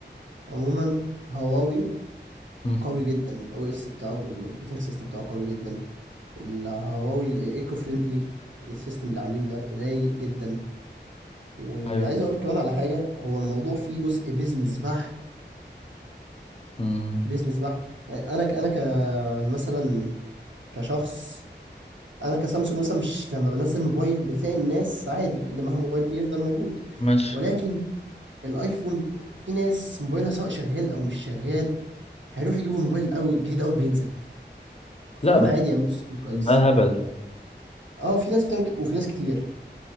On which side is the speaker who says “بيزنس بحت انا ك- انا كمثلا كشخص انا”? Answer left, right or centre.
Right